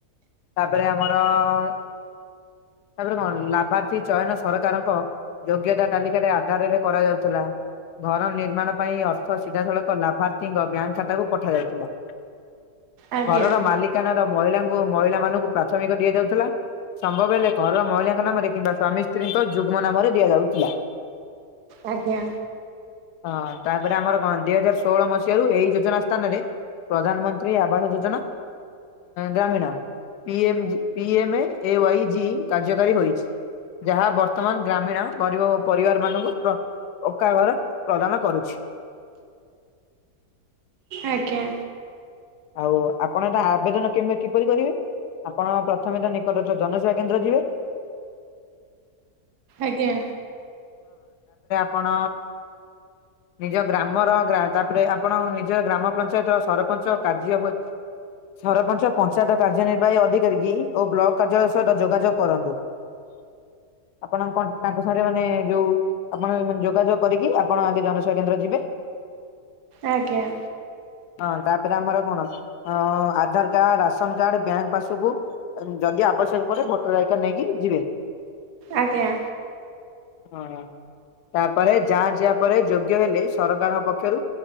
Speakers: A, on the left; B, on the right.
A: ତାପରେ ଆମର ତାପରେ କଣ ଲାଭାର୍ଥୀ ଚୟନ ସରକାରଙ୍କ ଯୋଗ୍ୟତା ତାଲିକରେ ଆଧାରରେ କରାଯାଉଥିଲା ଘର ନିର୍ମାଣ ପାଇଁ ଅର୍ଥ ସିଧାସଳଖ ଲାଭାର୍ଥୀଙ୍କ ବ୍ୟାଙ୍କ ଖାତାକୁ ପଠାଯାଇଥିଲା।
B: ଆଜ୍ଞା
A: ଘରର ମାଲିକାନାର ମହିଳାଙ୍କୁ ମହିଳାମାନଙ୍କୁ ପ୍ରାଥମିକ ଦିଆଯାଉଥି ସମ୍ଭବ ହେଲେ ଘର ମହିଳାଙ୍କ ନାମରେ କିମ୍ବା ସ୍ଵାମୀ ସ୍ତ୍ରୀଙ୍କ ଯୁଗ୍ମ ନାମରେ ଦିଆଯାଉଥିଲା।
B: ଆଜ୍ଞା ଆଜ୍ଞା
A: ହଁ ତାପରେ ଆମର <unintelligible> ଷୋହଳ ମସିହାରୁ ଏଇ ଯୋଜନା ସ୍ଥାନରେ ପ୍ରଧାନମନ୍ତ୍ରୀ ଆବାସ ଯୋଜନା ଗ୍ରାମୀଣ P M P M A Y G କାର୍ଯ୍ୟକାରୀ ହୋଇଚି। ଯାହା ବର୍ତ୍ତମାନ ଗ୍ରାମୀଣ ଗରିବ ଓ ପରିବାର ମାନଙ୍କୁ ପକାଘର ପ୍ରଦାନ କରୁଛି।
B: ଆଜ୍ଞା।
A: ଆଉ ଆପଣ ଏଟା ଆବେଦନ କେ କିପରି କରିବେ? ଆପଣ ପ୍ରଥମେ ତ ନିକଟରେ ଜନସେବା କେନ୍ଦ୍ର ଯିବେ।
B: ଆଜ୍ଞା।
A: ପଣ ନିଜ ଗ୍ରାମର ଗ୍ରା ତାପରେ ଆପଣ ନିଜ ଗ୍ରାମ ପଞ୍ଚାୟତ ସରପଞ୍ଚ କାର୍ଯ୍ୟ ପ ସରପଞ୍ଚ ପଞ୍ଚାୟତ କାର୍ଯ୍ୟ ନିିର୍ବାହୀ ଅଧିକ୍ କରିକି ଓ ବ୍ଲକ୍ କାର୍ଯ୍ୟାଳୟ ସହିତ ଯୋଗାଯୋଗ କରନ୍ତୁ। ଆପଣ କନ୍ ତାଙ୍କ ସାଙ୍ଗରେ ନେ ଯୋଉ ଆପଣ ଯୋଗାଯୋଗ କରିକି ଆପଣ ଆଗେ ଜନସେବା କେନ୍ଦ୍ର ଯିବେ
B: ଆଜ୍ଞା।
A: ହଁ ତାପରେ ଆମର କଣ Aadhaar card, ration card, bank passbook ଯଦି ଆବଶ୍ୟକ ପଡେ ଭୋଟର ଆଇକାର୍ଡ ନେଇକି ଯିବେ।
B: ଆଜ୍ଞା।
A: ହଁ ତାପରେ ଯା ଯିବା ପରେ ଯୋଗ୍ୟ ହେଲେ ସରକାରଙ୍କ ପକ୍ଷରୁ